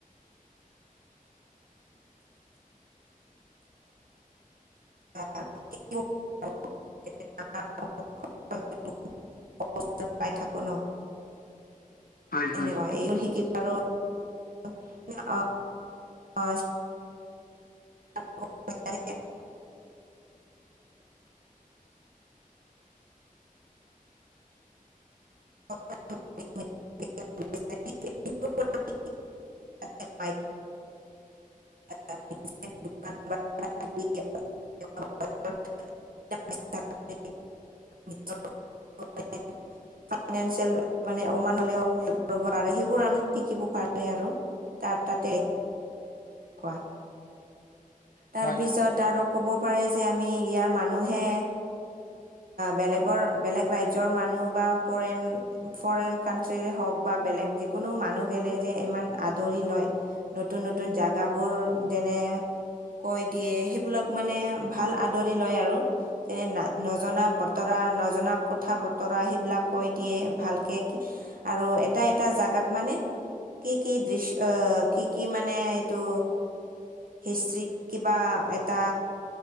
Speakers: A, on the right (about 75°); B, on the left (about 80°).
A: <unintelligible> ব্ৰক্ষ্মপুত্ৰত <unintelligible> পাই থাকো ন।
B: হয় হয়
A: এনেকুৱা এইবোৰ শিকিম আৰু অ অ। <unintelligible> <unintelligible> <unintelligible> টেপাইক <unintelligible> <unintelligible> <unintelligible> ফাইনিয়েনচেল মানে অকমান হ'লেও হেল্প কৰিব কাৰণে সেইবোৰ আমি শিকিব পাৰে আৰু। ত তাতে কোৱা তাৰপিছত
B: হয়
A: আৰু। ক'ব পাৰে যে আমি ইয়াৰ মানুহে। বেলেগৰ বেলেগ ৰাজ্যৰ মানুহ বা পৰেন। ফৰেইন কানট্ৰিৰে হওক বা বেলেগ যিকোনো মানুহ গেলে যে ইমান আদৰি লয়। নতুন নতুন জেগাবোৰ যেনে। কয় দিয়ে সেইবিলাক মানে ভাল আদৰি লয় আৰু। যেনে না নজনা বতৰা, নজনা কথা বতৰা সেইবিলাক কৈ দিয়ে ভালকে। আৰু এটা এটা জাগাত মানে কি কি দৃশ্য কি কি মানে টো হিষ্ট্ৰিক কিবা এটা